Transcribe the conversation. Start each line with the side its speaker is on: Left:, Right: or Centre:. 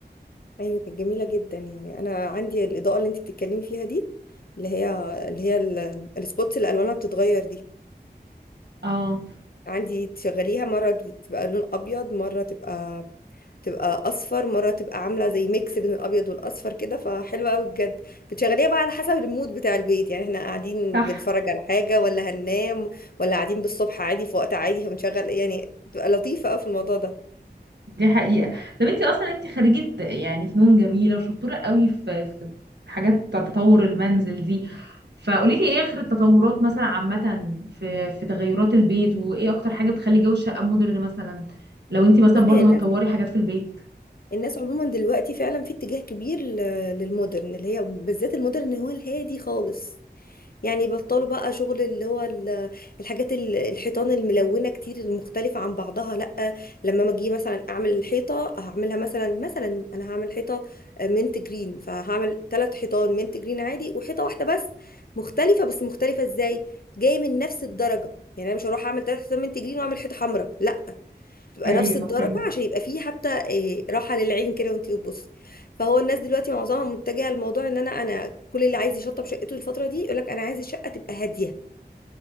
Left: ايوه كانت جميله جدا يعني انا عندي الاضاءه اللي انت بتتكلمي فيها دي اللي هي اللي هي ال- السبوتس اللي الوانها بتتغير دي
Right: اه
Left: عندي تشغليها مره تبقى لون ابيض مره تبقى تبقى اصفر مره تبقى عامله زي ميكس بين الابيض والاصفر كده فحلوه قوي بجد بتشغليها بقى على حسب المود بتاع البيت يعني احنا قاعدين
Right: صح
Left: بنتفرج على حاجه ولا هننام ولا قاعدين بالصبح عادي في وقت عادي فبنشغل يعني بتبقى لطيفه قوي في الموضوع ده
Right: دي حقيقة طب انت اصلا انت خريجة يعني فنون جميلة وشطورة قوي في في حاجات بتاع تطور المنزل دي فقولي لي ايه اخر التطورات مثلا عامة في في تغيرات البيت وايه اكتر حاجة بتخلي جو الشقة مودرن مثلا لو انت مثلا
Left: بصي
Right: برضو
Left: يعني
Right: هتطوري حاجات في البيت
Left: الناس عموما دلوقتي فعلا في اتجاه كبير ل- للمودرن اللي هي بالذات المودرن هو الهادي خالص يعني بطلوا بقى شغل اللي هو ال- الحاجات ال- الحيطان الملونة كتير المختلفة عن بعضها لأ لما ما اجي مثلا اعمل الحيطة هعملها مثلا مثلا انا هعمل حيطة منت جرين فهعمل ثلاث حيطان منت جرين عادي وحيطة واحدة بس مختلفة بس مختلفة ازاي جاية من نفس الدرجة يعني انا مش هروح اعمل ثلاث حيطان منت جرين واعمل حيطة حمراء لا تبقى
Right: ايوه
Left: نفس الدرجة
Right: فهمت
Left: عشان يبقى فيه حتى آه، راحة للعين كده وانتي بتبصي فهو الناس دلوقتي معظمها متجهة لموضوع ان انا انا كل اللي عايز يشطب شقته الفترة دي يقولك انا عايز الشقة تبقى هادية